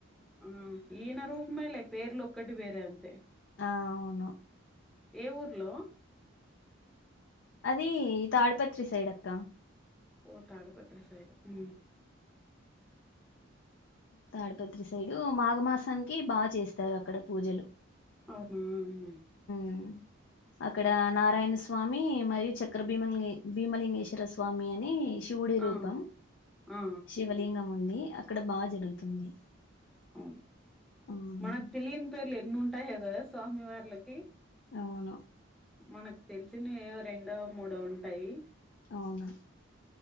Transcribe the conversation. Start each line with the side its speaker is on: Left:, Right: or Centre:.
Centre: ఆ ఈయన రూప్ మేలే పేర్లు ఒక్కటి వేరే అంతే
Left: ఆ అవును
Centre: ఏ ఊర్లో
Left: అది తాడిపత్రి సైడ్ అక్క
Centre: ఓ తాడిపత్రి సైడ్ మ్
Left: తాడ్పత్రి సైడు మాఘమాసానికి బాగ్ చేస్తారు అక్కడ పూజలు
Centre: అవునా
Left: మ్ అక్కడ నారాయణ స్వామి మరియు చక్ర బీమాంగ్లీ భీమలింగేశ్వర స్వామి అని శ్ వుడి రూపం
Centre: ఆ ఆ ఆ,
Left: శివలింగం ఉంది అక్కడ బా జరుగుతుంది
Centre: అవున్
Left: ఉమ్
Centre: మనక్ తెలియని పేర్లు ఎన్నుంటాయో గదా స్వామి వార్లకి
Left: అవును
Centre: మనకు తెలిసినవి ఏవో రెండో మూడో ఉంటాయి
Left: అవున